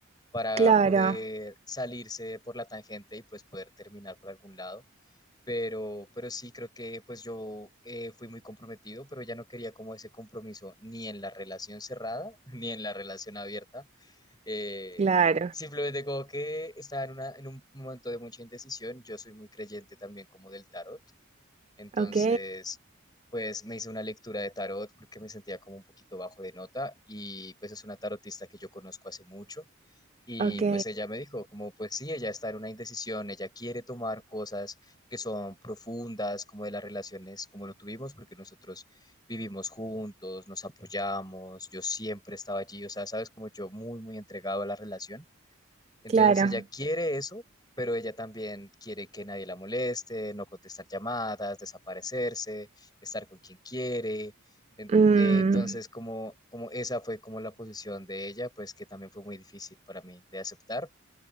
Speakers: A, on the left; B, on the right.
A: para
B: claro,
A: poder salirse por la tangente y pues poder terminar por algún lado. Pero, pero sí, creo que pues yo eh, fui muy comprometido, pero ya no quería como ese compromiso ni en la relación cerrada, <laughs> ni en la relación abierta. Eh,
B: claro,
A: simplemente como que estaba en, una, en un momento de mucha indecisión. Yo soy muy creyente también como del tarot. Entonces,
B: ok,
A: pues me hice una lectura de tarot porque me sentía como un poquito bajo de nota y pues es una tarotista que yo conozco hace mucho y
B: ok,
A: pues ella me dijo, como pues sí, ella está en una indecisión, ella quiere tomar cosas que son profundas, como de las relaciones, como lo tuvimos, porque nosotros vivimos juntos, nos apoyamos, yo siempre estaba allí, o sea, sabes, como yo muy, muy entregado a la relación entonces
B: claro.
A: ella quiere eso, pero ella también quiere que nadie la moleste, no contestar llamadas, desaparecerse, estar con quien quiere. En-
B: Mm,
A: eh, Entonces, como, como esa fue como la posición de ella, pues que también fue muy difícil para mí de aceptar,